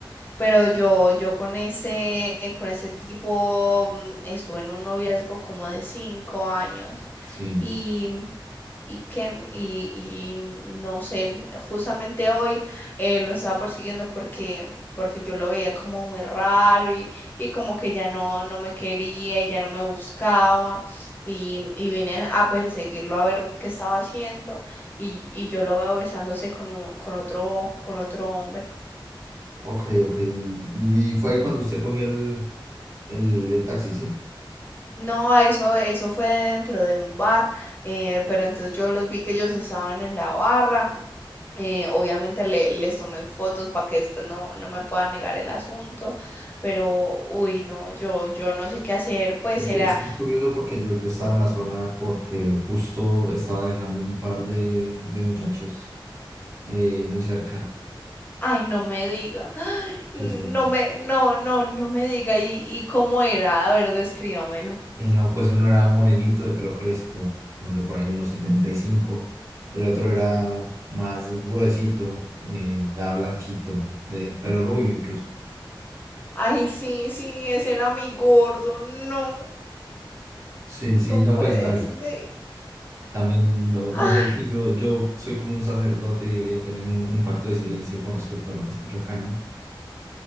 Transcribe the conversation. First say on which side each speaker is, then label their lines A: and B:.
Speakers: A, on the left; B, on the right.
A: pero yo, yo con ese, con ese tipo mm, estuve en un noviazgo como de cinco años
B: Sí,
A: y, y que, y, y no sé, justamente hoy eh, lo estaba persiguiendo porque, porque yo lo veía como muy raro y como que ya no, no me quería, ya no me buscaba y, y vine a perseguirlo a ver qué estaba haciendo y, y yo lo veo besándose con, un- con otro, con otro hombre.
B: ok, ok. Y fue ahí cuando usted cogió el, el, el taxi, ¿sí?
A: No, eso, eso fue dentro de un bar, eh, pero entonces yo los vi que ellos estaban en la barra. eh, obviamente le, les tomé fotos para que después no, no me pueda negar el asunto, pero uy, no, yo, yo no sé qué hacer, pues
B: Es
A: era
B: que es que es curioso porque yo, yo estaba en la zona porque justo estaba dejando un par de, de muchachos eh, muy cerca.
A: Ay, no me diga. Ay,
B: Sí,
A: no
B: sí.
A: me, no, no, no me diga. ¿Y, y cómo era? A ver, descríbamelo.
B: Y no, pues uno era morenito de pelo crespo, no sé, por ahí unos setenta y cinco El otro era más gruesito, eh, ya blanquito, de pelo rubio incluso.
A: Ay, sí, sí, ese era mi gordo. No,
B: Sí, sí,
A: no
B: no,
A: puede
B: pues a ver,
A: ser.
B: también no, no
A: Ay,
B: sé, yo, yo soy como un sacerdote y debería tener un, un pacto de silencio con respecto a lo que escucho acá, no